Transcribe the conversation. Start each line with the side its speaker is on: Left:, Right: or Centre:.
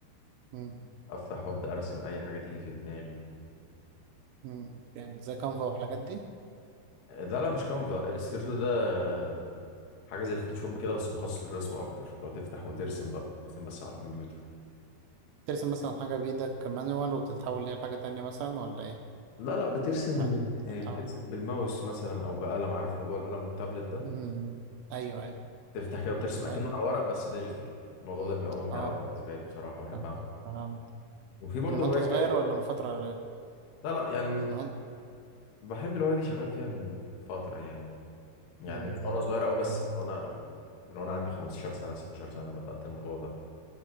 Right: مم،
Left: افتح وابدا ارسم اي حاجه تيجي في دماغي
Right: مم، يعني زي كانفا والحاجات دي
Left: آه، لا لا مش كانفا الستريتور ده حاجه زي الفوتوشوب كده بس مخصص للرسم اكتر لو تفتح وترسم بقى ترسم بس على الكمبيوتر
Right: ترسم مثلا حاجة بإيدك مانوال وبتتحول ليها لحاجة تانية مثلا ولا إيه؟
Left: لا لا بترسم
Right: يعني
Left: بترسم
Right: بتتحول
Left: بالماوس مثلا او بقلم عارف موضوع القلم والتابلت ده
Right: أمم، أيوه أيوه
Left: تفتح كده وترسم اكنه
Right: حلو
Left: على ورق بس ديجيتال الموضوع ده بيبقى ممتع
Right: أه
Left: قوي بالنسبه لي بصراحه بحب
Right: فهمت
Left: اعمله
Right: فهمت.
Left: وفي برضه
Right: ده من وأنت
Left: هوايه
Right: صغير
Left: كده
Right: ولا من فترة؟
Left: لا لا يعني
Right: من وأنت
Left: بحب الهوايه دي شغال فيها من فتره يعني يعني
Right: أمم،
Left: مش وانا صغير قوي بس
Right: جامد
Left: من وانا من وانا عندي 15 سنه 16 سنه بدات الموضوع ده